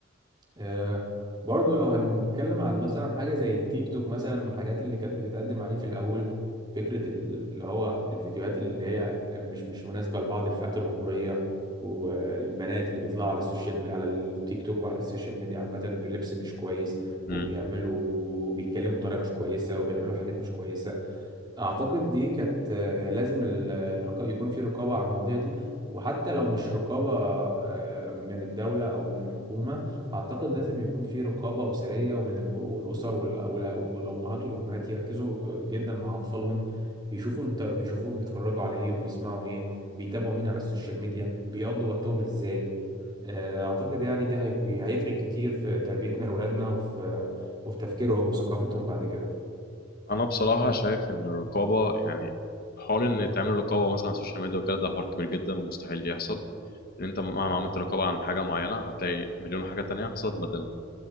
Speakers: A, on the right; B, on the left.
A: آه، برضو لو هنتكلم عن مثلا حاجة زي التيك توك مثلا والحاجات اللي كانت بتتقدم عليه في الأول فكرة ال- اللي هو الفيديوهات اللي هي مش مش مناسبة لبعض الفئات العمرية والبنات اللي بيطلعوا على السوشيال ميديا على التيك توك وعلى السوشيال ميديا عامة بلبس مش كويس
B: مم.
A: وبيعملوا بيتكلموا بطريقة مش كويسة وبيعملوا حاجات مش كويسة اعتقد دي كانت آه، لازم ال- الرقا- يكون في رقابة على المواضيع دي وحتى لو مش رقابة آه، من الدولة او من الحكومة اعتقد لازم يكون في رقابة اسرية ومن ال- والاسر وال- وال- والابهات والامهات يركزوا جدا مع اطفالهم يشوفوا انت بيشوفوهم بيتفرجوا على ايه وبيسمعوا ايه بيتابعوا مين على السوشيال ميديا بيقضوا وقتهم ازاي
B: مم.
A: آه، اعتقد يعني ده هيك- هيفرق كتير في تربيتنا لاولادنا وفي وفي تفكيرهم وثقافتهم بعد كده
B: انا بصراحه شايف ان الرقابه يعني حوار ان تعمل رقابه مثلا على السوشيال ميديا وكده ده حوار كبير جدا ومستحيل يحصل لان انت مهما عملت رقابه عن حاجه معينه هتلاقي مليون حاجه تانية حصلت بدلها